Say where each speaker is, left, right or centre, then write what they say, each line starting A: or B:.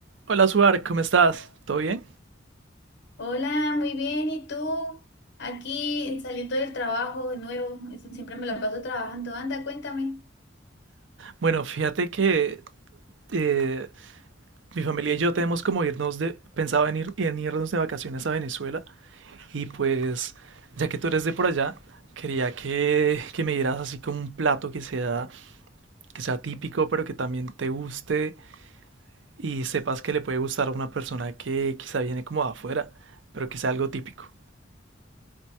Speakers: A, on the right (about 70°); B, on the left (about 65°).
A: Hola, Suar, ¿cómo estás? ¿Todo bien?
B: Hola, muy bien. ¿Y tú? Aquí saliendo del trabajo de nuevo. Eso Siempre me la paso trabajando. Anda, cuéntame.
A: Bueno, fíjate que eh, mi familia y yo tenemos como irnos de, pensaba en, ir, en irnos de vacaciones a Venezuela y pues ya que tú eres de por allá, quería que, que me dieras así como un plato que sea, que sea típico pero que también te guste y sepas que le puede gustar a una persona que quizá viene como de afuera, pero que sea algo típico.